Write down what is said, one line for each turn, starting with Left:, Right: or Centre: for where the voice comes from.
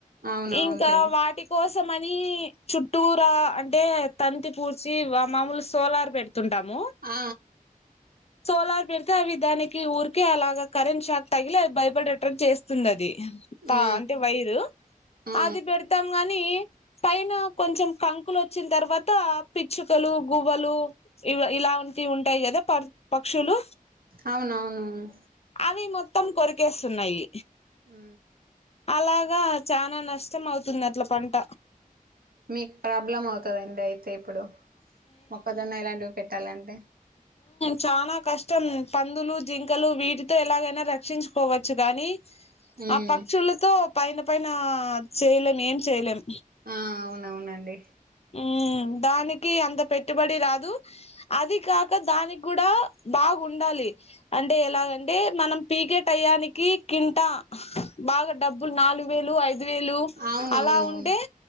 Right: అవునవునులేండి
Left: ఇంకా వాటి కోసమని చుట్టూర అంటే తంతి పూడ్చి మామూలు సోలార్ పెడ తుంటాము
Right: ఆ
Left: సోలార్ పెడితే అవి దానికి ఊరికే అలాగా కరెంట్ షాక్ తగిలి అవి భయపడే టట్టు చేస్తుంది అది త
Right: ఆ
Left: అంటే వైరు
Right: ఆ
Left: అది పెడతాం గానీ పైన కొంచెం కంకులు వచ్చిన తర్వాత పిచ్చుకలు గువ్వలు ఇ ఇలా ఉంటివి ఉంటాయి కదా ప పక్షులు
Right: అవునవును
Left: అవి మొత్తం కొరికేస్తున్నాయి
Right: ఆ
Left: అలాగా చానా నష్టం అవుతుంది అట్ల పంట
Right: మీకు ప్రాబ్లం అవుతుందండి అయితే ఇప్పుడు మొక్కజొన్న ఇలాంటివి పెట్టాలంటే
Left: చాలా కష్టం పందులు జింకలు వీటితో ఎలాగైనా రక్షించుకోవచ్చు కాని
Right: ఉమ్
Left: ఆ పక్షులతో పైన పైన ఆ చేయలేం ఏం చేయలేం
Right: ఆ అవునవునండి
Left: ఉమ్ దానికి అంత పెట్టుబడి రాదు అది కాక దానికి కూడా బాగుండాలి అంటే ఎలాగంటే మనం పీకే టయానికి కింటా బాగా డబ్బులు నాలుగు వేలు ఐదు పది వేలు
Right: అవునవునవును
Left: అలా ఉంటే